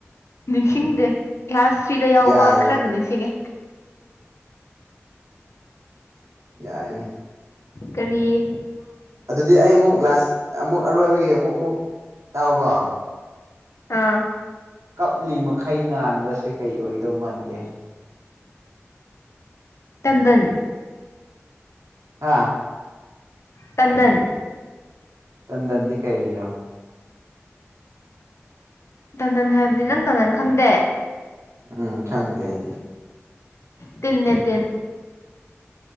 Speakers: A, on the left; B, on the right.
A: ꯅꯤꯡꯁꯤꯡꯗꯦ ꯀ꯭ꯂꯥꯁ ꯊ꯭ꯔꯤꯗ ꯌꯥꯎꯕ
B: ꯌꯥꯏꯅꯦ
A: ꯈꯔ ꯑꯗꯨ ꯅꯤꯡꯁꯤꯡꯉꯦ
B: ꯌꯥꯏꯅꯦ
A: ꯀꯔꯤꯌꯦ
B: ꯑꯗꯨꯗꯤ ꯑꯩ ꯑꯃꯨꯛ ꯂꯥꯁ ꯑꯃꯨꯛ ꯑꯔꯣꯏꯕꯒꯤ ꯑꯃꯨꯛ ꯑꯃꯨꯛ ꯇꯥꯎꯀꯣ
A: ꯑꯥ
B: ꯀꯞꯂꯤ ꯃꯈꯩ ꯉꯥꯟꯕꯁꯦ ꯀꯩ ꯑꯣꯏꯗꯧ ꯃꯥꯟꯒꯦ
A: ꯇꯟꯗꯟ
B: ꯍꯥꯥ
A: ꯇꯟꯗꯟ
B: ꯇꯟꯗꯟꯗꯤ ꯀꯔꯤꯔꯣ
A: ꯇꯅꯟ ꯍꯥꯏꯕꯅꯤ ꯅꯪ ꯇꯅꯟ ꯈꯪꯗꯦ
B: ꯎꯝ ꯈꯪꯗꯦ ꯑꯩꯗꯤ
A: ꯇꯟꯅ ꯇꯤꯟ